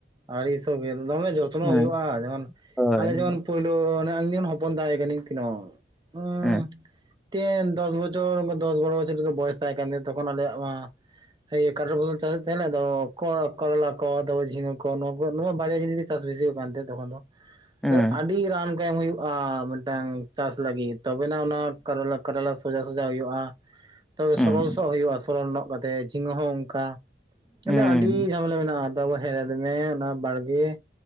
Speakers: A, on the right; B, in the centre.
A: ᱟᱲᱤ ᱥᱚᱵᱤᱞ ᱫᱚᱢᱮ ᱡᱚᱛᱱᱚ
B: ᱦᱮᱸ
A: ᱦᱩᱭᱩᱜ-ᱟ ᱡᱮᱢᱚᱱ
B: ᱦᱳᱭ
A: ᱟᱞᱮ ᱡᱮᱢᱚᱱ
B: ᱦᱮᱸ
A: ᱯᱳᱭᱞᱳ ᱚᱱᱟ ᱤᱱᱟᱹᱱ ᱦᱚᱯᱚᱱ ᱛᱟᱸᱦᱮ ᱠᱟᱹᱱᱟᱹᱧ ᱛᱤᱱᱟᱹᱜ ᱚᱸᱭᱻ
B: ᱦᱮᱸ
A: ᱛᱮᱱ ᱫᱚᱥ ᱵᱚᱪᱷᱚᱨ ᱚᱱᱠᱟ ᱫᱚᱥ ᱵᱟᱨᱚ ᱵᱚᱪᱷᱚᱨ ᱡᱚᱠᱷᱚᱡ ᱵᱚᱭᱮᱥ ᱛᱟᱸᱦᱮ ᱠᱟᱱ ᱛᱤᱧᱟ ᱛᱚᱠᱷᱚᱱ ᱟᱞᱮᱭᱟᱜ ᱢᱟ ᱤᱭᱟᱹ ᱠᱟᱴᱨᱟ ᱯᱷᱚᱥᱚᱞ ᱪᱟᱥᱮ ᱛᱮᱦᱮᱸᱜ ᱞᱮ ᱟᱫᱚ ᱠᱚᱨᱚᱞ ᱠᱚᱨᱚᱞᱟ ᱠᱚ ᱟᱫᱚ ᱡᱷᱤᱝᱜᱟᱹ ᱠᱚ ᱱᱚᱣᱟ ᱠᱚ ᱱᱚᱣᱟ ᱵᱟᱨᱭᱟ ᱡᱤᱱᱤᱥ ᱪᱟᱥ ᱵᱮᱥᱤ ᱦᱩᱭᱩᱜ ᱠᱟᱱ ᱛᱮᱦᱮᱸᱜ ᱛᱚᱠᱷᱚᱱ ᱫᱚ᱾
B: ᱦᱮᱸ
A: ᱟᱹᱜ ᱟᱰᱤ ᱨᱟᱱ ᱠᱚ ᱮᱢ ᱦᱩᱭᱩᱜ-ᱟ ᱢᱤᱫᱴᱟᱝ ᱪᱟᱥ ᱞᱟᱹᱜᱤᱫ ᱛᱚᱵᱮ ᱱᱟᱜ ᱚᱱᱟ ᱠᱟᱨᱚᱞᱟ ᱠᱟᱨᱚᱞᱟ ᱥᱚᱡᱟ ᱥᱟᱡᱟ ᱦᱩᱭᱩᱜ-ᱟ, ᱛᱚᱵᱮ ᱥᱚᱨᱚᱞ
B: ᱦᱮᱸ
A: ᱥᱚᱜ ᱦᱩᱭᱩᱜ-ᱟ ᱥᱚᱨᱚᱞ ᱱᱚᱜ ᱠᱟᱛᱮᱜ ᱡᱷᱤᱸᱜᱟᱹ ᱦᱚᱸ ᱚᱝᱠᱟ ᱦᱟᱱᱮ
B: ᱦᱮᱸ
A: ᱟᱰᱤ ᱡᱷᱟᱢᱮᱞᱟ ᱢᱮᱱᱟᱜ-ᱟ ᱛᱟᱯᱚᱨ ᱦᱮᱲᱮᱫᱽ ᱢᱮ ᱚᱱᱟ ᱵᱟᱲᱜᱮ᱾